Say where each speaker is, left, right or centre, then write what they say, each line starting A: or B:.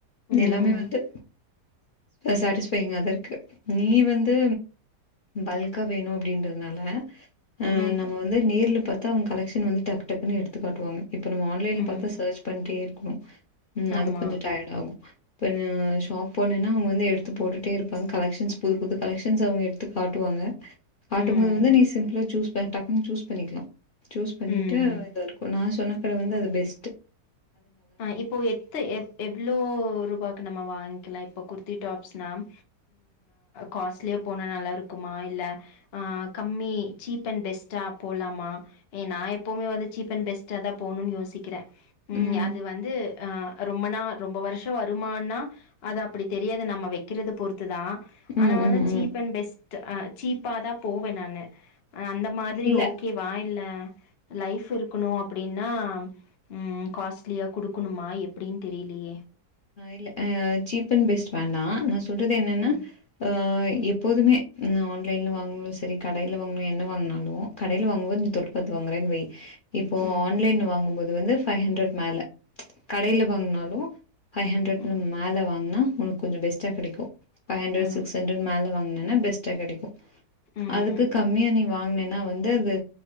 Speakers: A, on the left; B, on the left.
A: ம்
B: எல்லாமே வந்து சாட்டிஸ்பையிங்காக தா இருக்கு நீ வந்து பல்க்கா வேணும் அப்படின்றதுனாலா ஆ
A: ம்
B: நம்ம வந்து நேரில்ல பார்த்தா அவங்க கலெக்ஷன் வந்து டக்கு டக்குன்னு எடுத்து காட்டுவாங்க இப்ப நம்ம ஆன்லைன்ல
A: ம்
B: பாத் பண்ணிட்டே இருக்கணும் உம்
A: ஆமா
B: அது கொஞ்சம் டயர்ட் ஆகும் இப்ப ஷாப் போனேன்னா அவங்க வந்து எடுத்து போட்டுட்டே இருப்பாங்க கலெகஷன்ஸ் புது புது கலெக்ஷன்ஸ் அவங்க எடுத்து காட்டுவாங்க காட்டும்
A: ம்
B: போது வந்து நீ சிம்பிளா சூஸ் டக்குன்ன சூஸ் பண்ணிக்கலாம் சூஸ் பண்ணிட்டு
A: ம்
B: இத நான் சொன்ன கட வந்து அது பெஸ் த்
A: ஆஹ் இப்போ எத்த எ எவ்வளோ ரூபாக்கு நம்ம வாங்கிக் இப்போ குர்த்தி டாப்ஸ்னால் காஸ்ட்லியாக போனால் நல்லாிருக்குமா இல்லை கம்மி சீப் அண்ட் பெஸ்ட்டா போலாமா நான் எப்போவுமே வந்து சீப் அண்ட் பெஸ்ட்டாக தான் போகணுன்னு யோசிக்கி உம்
B: ம்
A: வந்து ரொம்பனா ரொம்ப வருஷம் வருமானா அது அப்படி தெரியாது நம்ம வைக்கிறத தான்
B: ம்
A: ஆனா வந்து
B: ம் ம்
A: சீப் அண்ட் பெஸ் ஆஹ் சீப்பாதான் போவேன் நானு அந்த மாதிரி
B: இல்ல
A: ஓகேவா இல்ல லைப் இருக்கணும் அப்படின்னா உம் ஸ்லியா கொடுக்கணுமா எப்படின்னு தெரியலையே
B: இல்ல சீப் அண்ட் பெஸ்ட் வேண்டா ட்டுது என்னன்னா
A: ம்
B: அஹ எப்போதுமே ஆன்லைன்ல வாங்நாளும் சரி கடையில வாங்னு என்ன வாங்னாலும் கடையில வாங்கும்போது தொட்டுப்பாத்து வாங்குறேன்னு வை இப்போ
A: ம்
B: ஆன்லைன் வாங்கும்போது இதுவந்து பைவ் ஹண்டரட் மேல கடில வாங்கினாலும் ஃபைவ் ஹ்ன்ரட்னு
A: ம்
B: மேல வாங்கின உங்களுக்கு கொஞ்ச பெ்ஸ்டா கிடைக்கும் பைவ் ஹண்டர்
A: ஆ
B: சிக் ஹண்டர் மேல என்னா பெஸ்டா கிடைக்
A: ம்
B: அதுக்கு கம்மியா நீ வாங்கினேன்னா வந்து அது